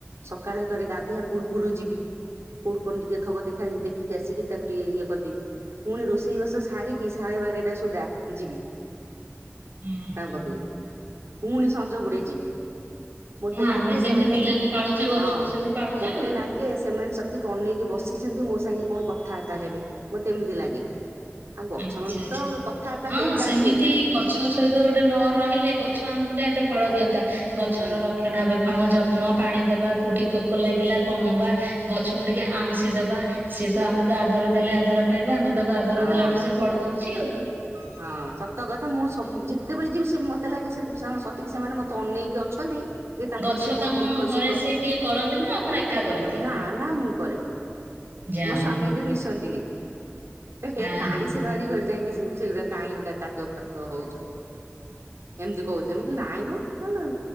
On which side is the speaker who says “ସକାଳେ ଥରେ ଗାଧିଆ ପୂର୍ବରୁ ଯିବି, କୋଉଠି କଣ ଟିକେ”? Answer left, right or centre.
Right